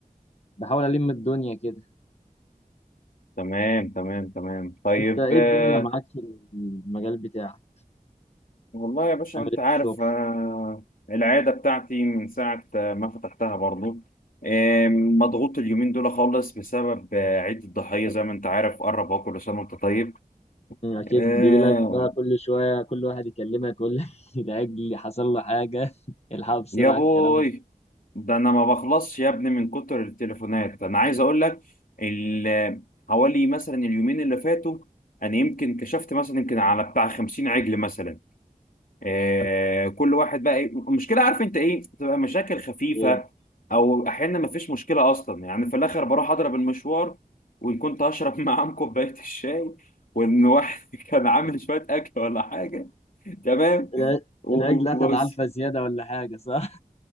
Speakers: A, on the left; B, on the left.
A: بحاول الم الدنيا كده
B: تمام تمام تمام طيب
A: انت ايه
B: آه،
A: الدنيا معاك في المجال بتاعك
B: والله يا باشا
A: عامل
B: انت
A: ايه
B: عارف
A: في الشغل
B: آه، العادة بتاعتي من ساعة آه، ما فتحتها برضو آه، مضغوط اليومين دول خالص بسبب آه، عيد الضحية زي ما انت عارف قرب اهو كل سنة وانت طيب
A: مم، اكيد
B: آه،
A: بيجيلك بقى كل شويه كل واحد يكلمك ولا <laughs> الاجل حصل له حاجه <laughs> الحقوا بسرعه
B: يا بوي
A: الكلام ده
B: ده انا ما بخلصش يا ابني من كتر التليفونات انا عايز اقول لك ال- حوالي مثلا اليومين اللي فاتوا انا يمكن كشفت مثلا يمكن على بتاع 50 عجل مثلا آه، كل واحد بقى إيه- المشكله عارف انت ايه بتبقى مشاكل خفيفه
A: ايه
B: او احيانا ما فيش مشكله اصلا يعني في الاخر بروح اضرب المشوار وان كنت هشرب <laughs> معاهم كوبايه الشاي وان واحد <laughs> كان عامل شويه اكل ولا حاجه تمام
A: الع-
B: و-
A: الاجل اخد
B: وبس
A: علفه زياده ولا حاجه صح